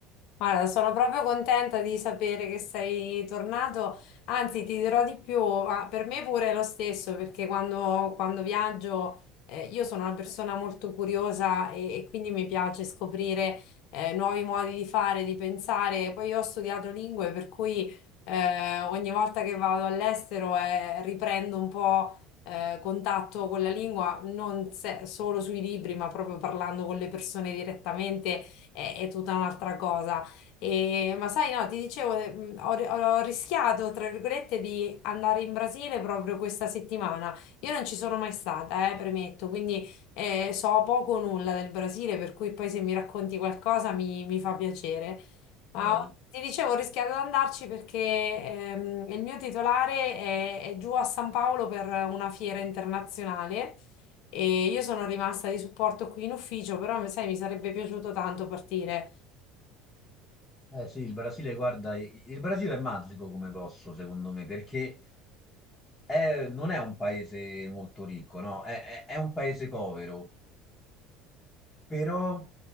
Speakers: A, on the left; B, on the left.
A: Guarda, sono proprio contenta di sapere che sei tornato, anzi ti dirò di più, ma per me pure è lo stesso, perché quando, quando viaggio eh, io sono una persona molto curiosa e, e quindi mi piace scoprire eh, nuovi modi di fare, di pensare. Poi io ho studiato lingue, per cui eh, ogni volta che vado all'estero eh, riprendo un po' eh, contatto con la lingua, non se- solo sui libri, ma proprio parlando con le persone direttamente è, è tutta un'altra cosa. E- ma sai, no, ti dicevo, eh, mh, ho, ho rischiato, tra virgolette, di andare in Brasile proprio questa settimana. Io non ci sono mai stata, eh, premetto, quindi eh, so poco o nulla del Brasile, per cui poi se mi racconti qualcosa mi, mi fa piacere. Ma
B: Eh,
A: ho-
B: il-
A: ti dicevo, ho rischiato di andarci perché ehm, il mio titolare è, è giù a San Paolo per una fiera internazionale. E io sono rimasta di supporto qui in ufficio, però sai, mi sarebbe piaciuto tanto partire.
B: eh sì, il Brasile, guarda, i- il Brasile è magico come posso secondo me, perché è- non è un paese molto ricco, no? È, è- è un paese povero, però